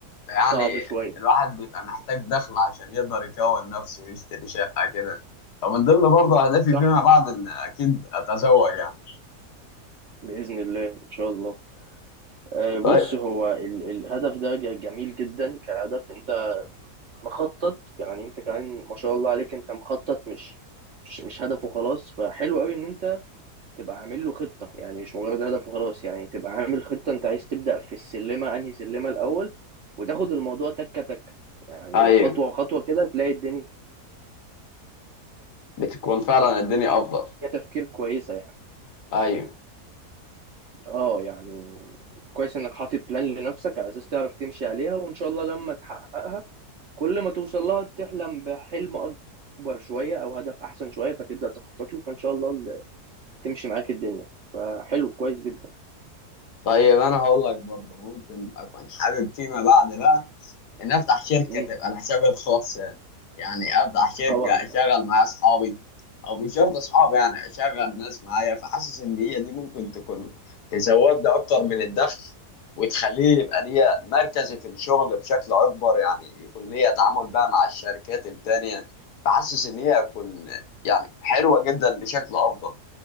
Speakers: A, on the left; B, on the right.
A: يعني
B: صعب شوية
A: الواحد بيبقى محتاج دخل عشان يقدر يكون نفسه ويشتري شقة كده فمن ضمن برضه أهدافي
B: صح
A: فيما بعد إن أكيد أتزوج يعني
B: بإذن الله إن شاء الله آه، بص
A: طيب
B: هو ال- الهدف ده ج- جميل جدا كهدف انت مخطط يعني انت كمان ما شاء الله عليك انت مخطط مش مش مش هدف وخلاص فحلو قوي ان انت تبقى عامل له خطة يعني مش مجرد هدف وخلاص يعني تبقى عامل خطة انت عايز تبدأ في السلمة انهي سلمة الاول وتاخد الموضوع تكة تكة يعني
A: أيوه
B: خطوة خطوة كده تلاقي الدنيا
A: بتكون فعلا الدنيا أفضل
B: تفكير كويسة يعني
A: أيوه
B: اه يعني كويس انك حاطط بلان لنفسك على اساس تعرف تمشي عليها وان شاء الله لما تحققها كل ما توصل لها تحلم بحلم اكبر شوية او هدف احسن شوية فتبدأ تخطط له فان شاء الله تمشي معاك الدنيا فحلو كويس جدا
A: طيب أنا هقول لك برضه ممكن أكون حابب فيما بعد بقى ان افتح شركه
B: امم
A: تبقى لحسابي الخاص يعني يعني افتح شركه
B: طبعا
A: اشغل معايا اصحابي او مش شرط اصحابي يعني اشغل ناس معايا فحاسس ان هي دي ممكن تكون تزود لي اكتر من الدخل وتخليه يبقى ليا مركزي في الشغل بشكل اكبر يعني يكون ليا تعامل بقى مع الشركات التانيه فحاسس ان هي هتكون يعني حلوه جدا بشكل افضل